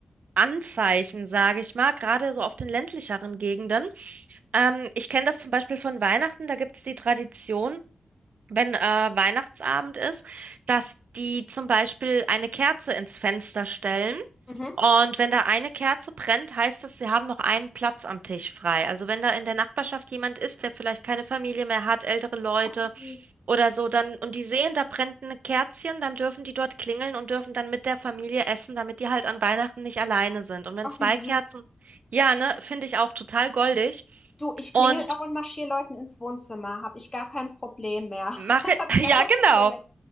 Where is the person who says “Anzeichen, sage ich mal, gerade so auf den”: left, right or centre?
Right